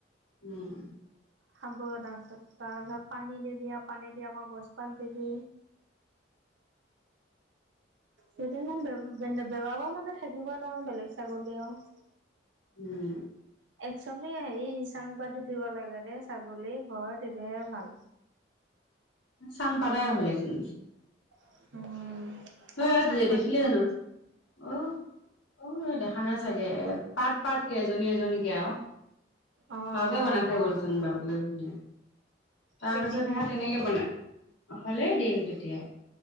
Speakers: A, on the left (about 85°); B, on the right (about 75°).
A: উম।
B: খাব তাৰপিছত তাৰপিছত পানী দিবি। পানী দি আকৌ গছপাত দিবি।
A: <unintelligible>
B: কেইদিমান বেৱ বেন-বেৱাব মানে থাকিবই নহয় বেলেগ ছাগলী আৰু।
A: উম।
B: একচোৱেলি হেৰি চাং পাতি দিব লাগে দে, ছাগলী ঘৰ তেতিয়াহে ভাল।
A: চাং পাতাই হ'লেচুন।
B: উম।
A: হয়
B: ক'ত চাং
A: ই
B: পাতি
A: দেখিলে জানো? অ', অ' দেখা নাই চাগে। পাৰ্ট পাৰ্টকে, এজনী এজনীকে আৰু।
B: অ
A: বাবুৱে
B: অ
A: বানই থৈ গ'ল, বাবুয়ে ধুনীয়া। তাৰপিছত
B: কেতিয়া
A: সেয়া তেনেকে বনায়। হ'লেই দিন তেতিয়া,